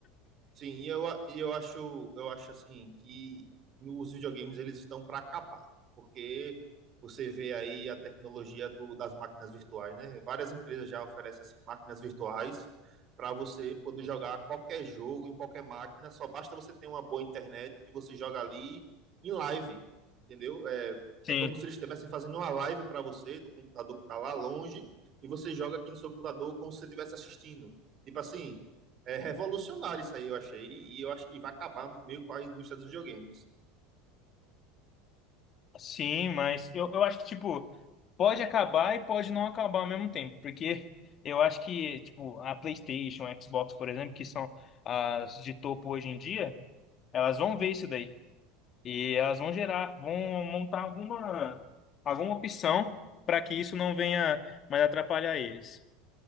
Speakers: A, on the right (about 40°); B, on the left (about 40°).
A: Sim, e eu, a- e eu acho, eu acho assim que os videogames eles estão para acabar, porque você vê aí a tecnologia do, das máquinas virtuais, né? Várias empresas já oferecem assim máquinas virtuais para você poder jogar qualquer jogo em qualquer máquina, só basta você ter uma boa internet e você joga ali em live, entendeu? É,
B: Sim,
A: é como se eles estivessem fazendo uma live para você do computador que está lá longe e você joga aqui no seu computador como se você estivesse assistindo. Tipo assim, é revolucionário isso aí, eu achei. E eu acho que vai acabar meio com a indústria dos videogames.
B: sim, mas eu, eu acho que, tipo, pode acabar e pode não acabar ao mesmo tempo, porque eu acho que, tipo, a PlayStation, a Xbox, por exemplo, que são as de topo hoje em dia, elas vão ver isso daí. E elas vão gerar, vão montar alguma, alguma opção para que isso não venha mais atrapalhar eles.